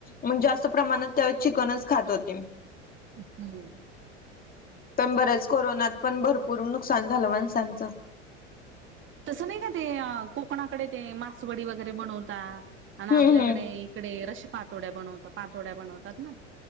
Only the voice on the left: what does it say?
म जास्त प्रमाणात त्यावेळी चिकनच खात होते.
पण बऱ्याच कोरोनात पण भरपूर नुकसान झालं. माणसांचं.
हम्म
हम्म